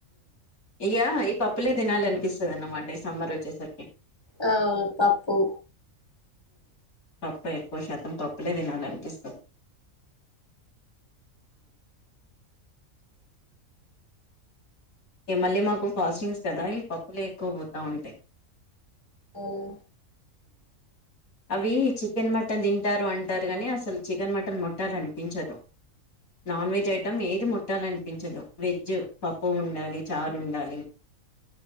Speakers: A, on the left; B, on the left.
A: ఇక ఈ పప్పులే దినాల అనిపిస్తుంది అన్నమాట ఈ సమ్మర్ వచ్చేసరికి
B: ఆవును పప్పు
A: పప్పు ఎక్కువ శాతం పప్పులే తినాలనిపిస్తుంది ఇ మళ్ళీ మాకు ఫాస్టింగ్స్ కదా ఈ పప్పులే ఎక్కువ పోతా ఉంటాయి
B: అవున
A: అవి చికెన్ మటన్ తింటారు అంటారు కానీ అసలు చికెన్ మటన్ ముట్టాలనిపించదు నాన్ వెజ్ ఐటం ఏది ముట్టాలనిపించదు వెజ్ పప్పు ఉండాలి చారు ఉండాలి